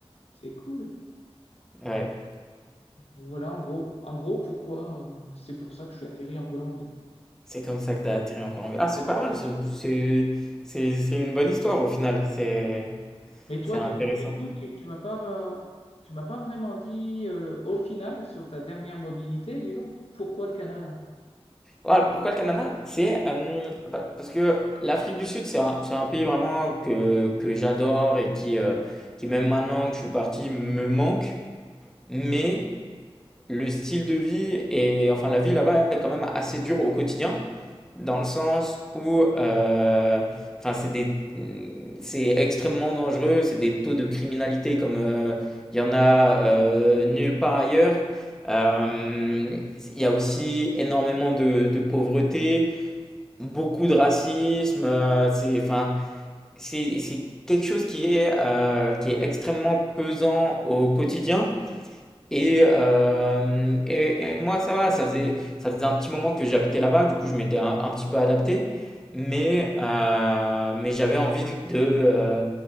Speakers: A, on the left (about 70°); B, in the centre.
A: c'est cool.
B: Ouais.
A: Donc Voilà, en gros, en gros pourquoi euh, c'est pour ça que je suis atterri en Colombie.
B: C'est comme ça que t'as atterri encore. en... Ah, c'est pas mal. C'est c'est- c'est- c'est une bonne histoire au final. C'est
A: Mais toi,
B: c'est intéressant.
A: du, du coup, tu, tu m'as pas, euh, tu m'as pas vraiment dit euh, au final sur ta dernière mobilité, disons, pourquoi le Canada?
B: Voilà, pourquoi le Canada? C'est euh, bah, parce que l'Afrique du Sud, c'est un, c'est un pays vraiment que, que j'adore et qui, euh, qui, même maintenant que je suis parti, me manque. Mais le style de vie et enfin la vie là-bas est quand même assez dure au quotidien, dans le sens où euh, enfin, c'est des, c'est extrêmement dangereux, c'est des taux de criminalité comme euh, il y en a euh, nulle part ailleurs. Euh, il y a aussi énormément de, de pauvreté beaucoup de racisme. euh, c'est, enfin, c'est, c'est quelque chose qui est, euh, qui est extrêmement pesant au quotidien. Et, euh, et, et moi, ça va, ça faisait, ça faisait un petit moment que j'habitais là-bas, du coup, je m'étais un, un petit peu adapté. Mais, euh, mais j'avais envie de, euh,